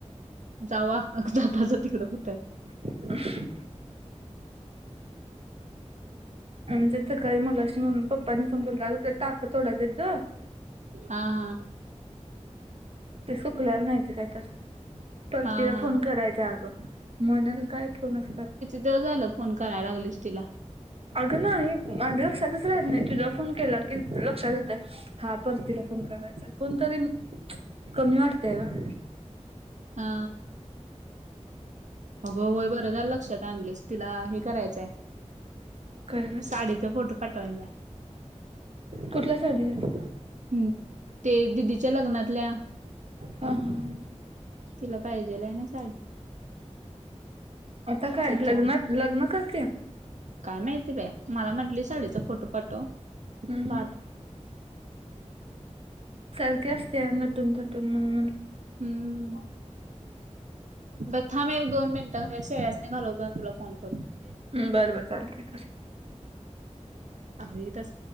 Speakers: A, on the right; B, on the right.
A: जावा अग ताच <unintelligible> तिकडं कूट.
B: <inaudible> आमच्या सकाळी मगाशी मम्मी पप्पांनी फोन केलात अगं ते टाक तोडायचेत ग.
A: हा हा.
B: ते सुकल्याला नाहीती काय तर परतीला
A: हा हा
B: फोन करायचं अगं. म्हणल काय फोन अस
A: देव झालं फोन करायला लागलीस तिला.
B: अगं ना ही माझ्या लक्षातच राहत नाही, तुला फोन केला की लक्षात येतय. हा परतीला फोन करायचा कोणतरी कमी वाटतय ग.
A: हा अगं होय बरं झाल लक्षात आणलीस. तिला हे करायचंय आहे
B: काय ग
A: साडीचा फोटो पाठवायचाय ‌‌
B: कुठल्या साडीचा.
A: हम, ते दिदीच्या लग्नातल्या.
B: हा हा.
A: तिला पाहिजे ल हाय न‌इ.
B: आता काय
A: त्याचा
B: लग्नात लग्न करत्या.
A: काय माहितीय बाय मला म्हटली साडीचा फोटो पाठव.
B: हम्म
A: पाठ
B: सारखे असते नटून थटून म्हणून म्हटलं.
A: हम्म. ब थांम एक दोन मिनिटं ह्या शेळ्यांनी घालवतो आणि तुला फोन करतो.
B: हंम बरं बर चालतय कर.
A: अ तर <inaudible>